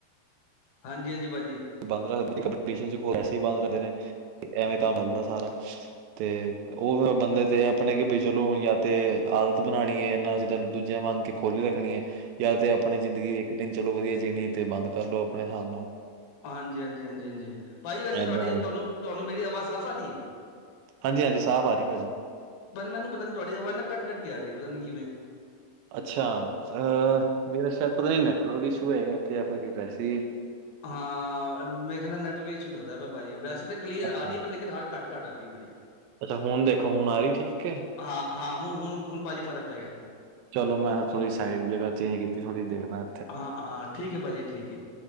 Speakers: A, on the left; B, on the right.
A: ਹਾਂਜੀ -ਹਾਂਜੀ ਭਾਜੀ
B: ਬੰਦ ਰੱਖਦੇ ਨੇ ਕੰਸੇ ਹੀ ਬੰਦ ਰਹਿੰਦੇ ਨੇ ਐਵੇਂ ਕੰਮ ਚੱਲਦਾ ਸਾਰਾ ਤੇ ਉਹ ਫਿਰ ਬੰਦੇ ਤੇ ਆਪਣੇ ਕੀ ਚਲੋ ਹੁਣ ਜਾਂ ਤੇ ਆਦਤ ਬਣਾਉਣੀ ਏ ਇਹਨਾਂ ਜਿੱਦਾਂ ਦੂਜਿਆਂ ਵਾਂਗ ਕੇ ਖੋਲੀ ਰੱਖਣੀ ਹੈ। ਜਾਂ ਤੇ ਆਪਣੀ ਜ਼ਿੰਦਗੀ ਇੱਕ ਦਿਨ ਚਲੋ ਵਧੀਆ ਜੀਣੀ ਤੇ ਬੰਦ ਕਰ ਲੋ ਆਪਣੇ ਹਿਸਾਬ ਨਾਲ।
A: ਹਾਂਜੀ - ਹਾਂਜੀ -ਹਾਂਜੀ -ਹਾਂਜੀ ਭਾਜੀ ਵੈਸੇ
B: ਏਦਾਂ
A: ਤੁਹਾਡੀ ਤੁਹਾਨੂੰ ਤੁਹਾਨੂੰ ਮੇਰੀ ਆਵਾਜ਼ ਸਾਫ਼ ਆ ਰਹੀ ਹੈ।
B: ਹਾਂਜੀ - ਹਾਂਜੀ। ਸਾਫ਼ ਆ ਰਹੀ ਭਾਜੀ।
A: ਪਰ ਨਾ ਮੈਨੂੰ ਪਤਾ ਤੁਹਾਡੀ ਆਵਾਜ਼ ਨਾ ਕੱਟ ਕੱਟ ਆ ਰਹੀ ਪਤਾ ਕਿਵੇਂ
B: ਅੱਛਾ ਅ ਮੇਰਾ ਸ਼ਾਇਦ ਪਤਾ ਨਹੀਂ ਨੈਟਵਰਕ ਇਸ਼ੂ ਹੋਏਗਾ ਇੱਥੇ ਜਾਂ ਫਿਰ ਵੈਸੇ ਹ
A: ਹਾਂ। ਮੇਰੇ ਖਿਆਲ ਨੈੱਟਵਰਕ ਇਸ਼ੂ ਲੱਗਦਾ ਭਾਜੀ ਵੈਸੇ ਕਲੀਅਰ
B: ਅੱਛਾ
A: ਆ ਰਹੀ ਹੈ ਪਰ ਲੇਕਿਨ ਘੱਟ- ਘੱਟ ਆ ਰਹੀ ਬੜੀ
B: ਅੱਛਾ। ਹੁਣ ਦੇਖੋ ਹੁਣ ਆ ਰਹੀ ਠੀਕ ਹੈ।
A: ਹਾਂ -ਹਾਂ ਹੁਣ - ਹੁਣ ਭਾਜੀ ਫਰਕ ਪੈ ਗਿਆ ਨੇ
B: ਚਲੋ ਮੈਂ ਥੋੜ੍ਹੀ ਸਾਈਡ ਜਗ੍ਹਾ ਚੇਂਜ ਕੀਤੀ ਥੋੜ੍ਹੀ ਦੇਖਣਾ।
A: ਹਾਂ - ਹਾਂ ਠੀਕ ਹੈ ਭਾਜੀ ਠੀਕ ਹੈ